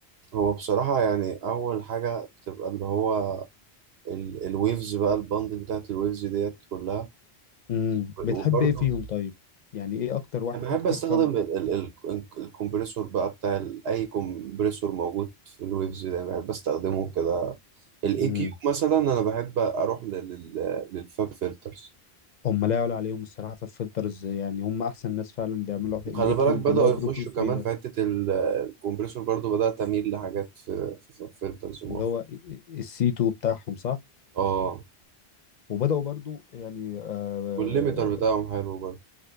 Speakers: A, on the right; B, on the left.
A: هو بصراحة يعني أول حاجة بتبقى اللي هو الويفز بقى البندل بتاعت الويفز ديت كلها
B: امم بتحب
A: وبرضه
B: ايه فيهم طيب يعني ايه اكتر واحد
A: أنا بحب
B: اكتر
A: أستخدم
B: كم
A: ال- ال- ال- الكمبريسور بقى بتاع ال- أي كمبريسور موجود في الويفز ده يعني بحب أستخدمه كده الإي
B: امم
A: كيو مثلا أنا بحب أروح لل- لل- للفاب فلترز
B: هم لا يعلى عليهم الصراحه في الفلترز يعني هم احسن ناس فعلا بيعملوا في
A: وخلي
B: الاي
A: بالك
B: كيوب
A: بدأوا
B: اللي هو
A: يخشوا
B: بروكيو 3
A: كمان في
B: ده
A: حتة ال- الكمبريسور برضه بدأت أميل لحاجات في فلترز مؤخرا
B: اللي هو السي 2 بتاعهم صح
A: اه
B: وبداوا برضو يعني اه
A: والليميتر بتاعهم حلو برضه